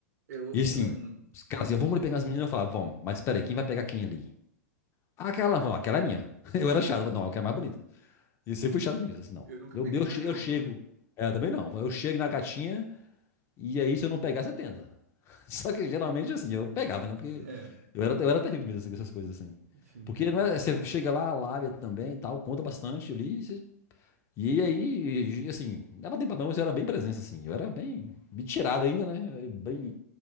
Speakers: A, on the right (about 60°); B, on the left (about 25°).
A: Eu,
B: E
A: mano,
B: assim, os caras
A: eu,
B: iam, vamos ali pegar as meninas. Eu falava, vamos, mas peraí, quem vai pegar quem ali? Ah, aquela, Eu falava, aquela é minha. <laughs> Eu era chato, eu falava, não, aquela quero mais bonita. E eu sempre fui chato com isso, assim, não.
A: eu nunca
B: Eu,
A: peguei
B: eu,
A: dragão,
B: che- eu chego.
A: mano.
B: Ela também não. Eu chego na gatinha. E aí, se eu não pegar, você tenta. <laughs> Só que geralmente, assim, eu pegava, né? Porque
A: É,
B: eu era, eu era terrível mesmo, assim, com essas coisas, assim.
A: te entendo.
B: Porque não é, você chega lá, a lábia também e tal, conta bastante ali. e você- e aí, e, assim, dava tempo pra não, mas eu era bem presença, assim. Eu era bem, bem tirado ainda, né? eu Bem,